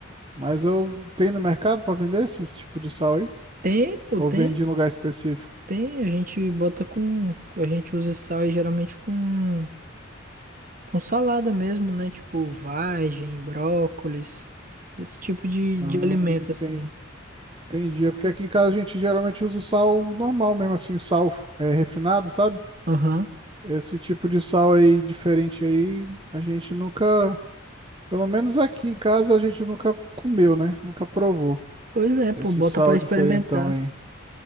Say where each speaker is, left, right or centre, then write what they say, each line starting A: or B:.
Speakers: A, on the right; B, on the right.
A: Mas eu tenho no mercado para vender esse, esse tipo de sal aí?
B: Tem, pô,
A: Ou
B: tem,
A: vende em lugar específico?
B: tem, a gente bota com, a gente usa esse sal aí geralmente com Com salada mesmo, né? Tipo vagem, brócolis, esse tipo de,
A: Ah,
B: de alimento
A: enten-
B: assim.
A: entendi. É porque aqui em casa a gente geralmente usa o sal normal mesmo, assim, sal é, refinado, sabe?
B: Aham.
A: Esse tipo de sal aí diferente aí, a gente nunca, pelo menos aqui em casa, a gente nunca comeu, né? Nunca provou
B: Pois é,
A: esse
B: pô, bota
A: sal
B: pra
A: diferentão
B: experimentar.
A: aí.